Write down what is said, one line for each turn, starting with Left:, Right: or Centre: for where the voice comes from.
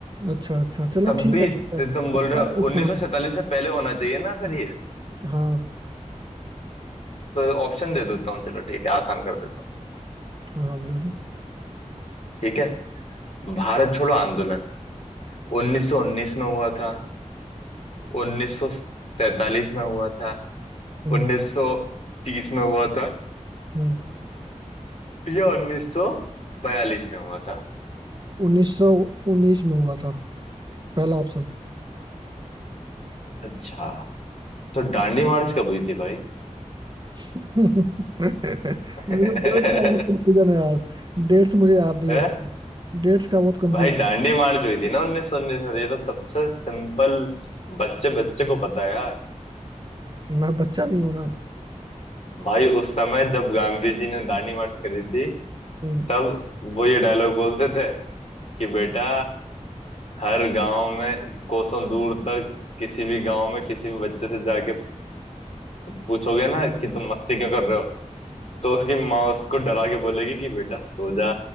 Right: अच्छा अच्छा चलो
Left: तब
Right: ठीक
Left: भी
Right: है ठीक है
Left: तो तुम बोल
Right: अब
Left: रहे
Right: और
Left: हो
Right: पूछता
Left: 1947
Right: हूँ
Left: से पहले होना चाहिए ना फिर ये
Right: हाँ
Left: तो ऑप्शन दे देता हूँ चलो ठीक है आसान कर देता हूँ
Right: हाँ हाँ दे दो
Left: ठीक है भारत छोड़ो आंदोलन 1919 में हुआ था 1947 में हुआ था
Right: हम्म
Left: 1930 में हुआ था
Right: हम्म
Left: या 1942 में हुआ था
Right: उन्नीस सौ उन्नीस में हुआ था पहला ऑप्शन
Left: अच्छा तो दांडी मार्च कब हुई थी भाई
Right: <laughs> मुझे
Left: <laughs>
Right: डेट का बहुत कंफ्यूजन है यार डेट्स मुझे याद नहीं
Left: हैं?
Right: होती डेट्स का बहुत कंफ्यूजन
Left: भाई डांडी मार्च हुई थी ना उन्नीस सौ उन्नीस में ये तो सबसे सिंपल बच्चे बच्चे को पता है यार
Right: मैं बच्चा नहीं हूं ना
Left: भाई उस समय जब गांधी जी ने दांडी मार्च करी थी
Right: हम्म
Left: तब वो ये डायलॉग बोलते थे कि बेटा हर गांव में कोसों दूर तक किसी भी गांव में किसी भी बच्चे से जाके अ, पूछोगे ना कि तुम मस्ती क्यों कर रहे हो तो उसकी माँ उसको डरा के बोलेगी कि बेटा सो जा